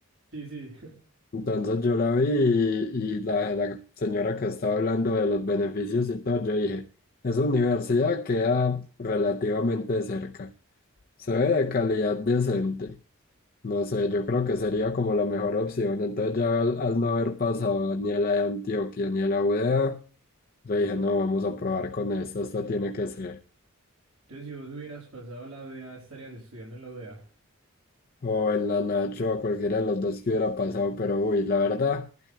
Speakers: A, on the right (about 75°); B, on the left (about 45°).
A: Sí, sí. <laughs>
B: Entonces yo la vi y, y la, la señora que estaba hablando de los beneficios y todo, yo dije, esa universidad queda relativamente cerca, se ve de calidad decente, no sé, yo creo que sería como la mejor opción. Entonces ya al, al no haber pasado ni a la de Antioquia ni a la UdeA, yo dije, no, vamos a probar con esta, esta tiene que ser.
A: Entonces, si vos hubieras pasado la UDA, estarías estudiando en la UDA.
B: o en la Nacho, a cualquiera de los dos que hubiera pasado, pero uy, la verdad,